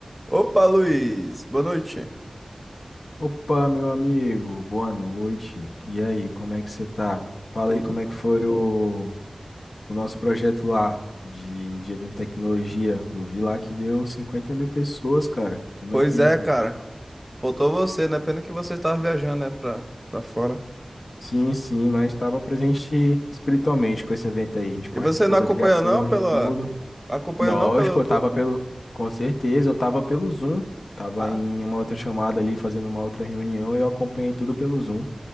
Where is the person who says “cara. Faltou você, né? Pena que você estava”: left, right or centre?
Centre